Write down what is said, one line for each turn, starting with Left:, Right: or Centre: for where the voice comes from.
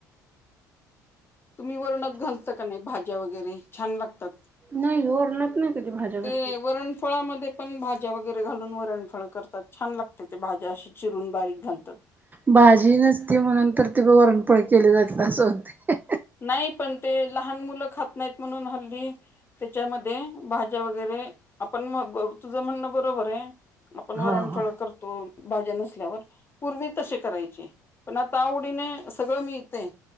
Left: तुम्ही वर्णक घालता का नाही भाज्या वगैरे छान लागतात
Right: नाही वरणात नाही कधी भाज्या घातलेल्या.
Left: ते वरणफळामध्ये पण भाज्या वगैरे घालून वरणफळ करतात छान लागते ते भाज्या अशी चिरून बारीक घालतात.
Right: भाजी नसती म्हणून तर ते वरणपळ केली जाते अस होते
Left: नाही पण ते लहान मुलं खात नाहीत म्हणून हल्दी त्याच्यामध्ये भाज्या वगैरे आपण तुझं म्हणणं बरोबर आहे आपण वरणफळ
Right: हा हा.
Left: करतो भाज्या नसल्यावर पूर्वी तसे करायचे पण आता आवडीने सगळं मी यथे